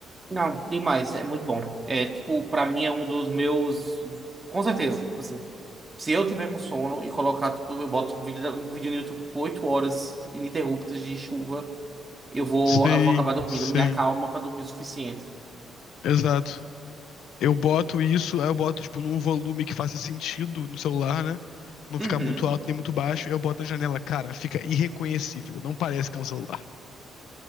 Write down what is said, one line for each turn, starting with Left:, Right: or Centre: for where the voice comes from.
Right: Não, demais. É muito bom. É, tipo, pra mim é um dos meus... Com certeza. Tipo assim, se eu tiver com sono e colocar, tipo, eu boto um vídeo, um vídeo no YouTube, tipo, 8 horas ininterruptas de chuva... Eu vou,
Left: Sim,
Right: eu vou acabar dormindo.
Left: sim,
Right: Me acalma pra dormir o suficiente.
Left: exato. Eu boto isso, aí eu boto, tipo, num volume que faça sentido no celular, né? Não
Right: Uhum.
Left: ficar muito alto nem muito baixo. Eu boto na janela, cara, fica irreconhecível. Não parece que é um celular.